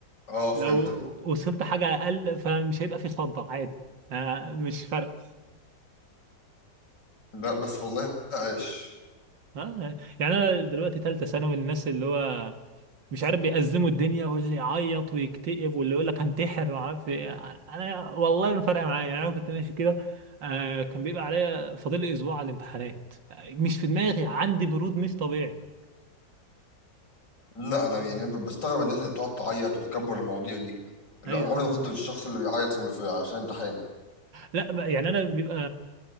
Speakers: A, on the left; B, on the right.
A: اه
B: لو
A: فهمت
B: وصلت حاجه اقل فمش هيبقى في خضه عادي أنا مش فارق
A: لا بس والله عايش
B: اه يعني انا دلوقتي ثالثه ثانوي الناس اللي هو مش عارف بيأزموا الدنيا واللي يعيط ويكتئب واللي يقول لك هنتحر وعارف ايه انا والله ما فارقه معايا يعني انا كنت ماشي كده آه كان بيبقى عليا فاضل لي اسبوع على الامتحانات آه، مش في دماغي عندي برود مش طبيعي
A: لا انا يعني
B: مم.
A: ب- بستغرب الناس اللي بتقعد تعيط وتكبر المواضيع دي لا
B: ايوه
A: انا عمري
B: آه.
A: ما كنت من الشخص اللي بيعيط في في- عشان امتحان
B: لا بقى- يعني انا بيبقى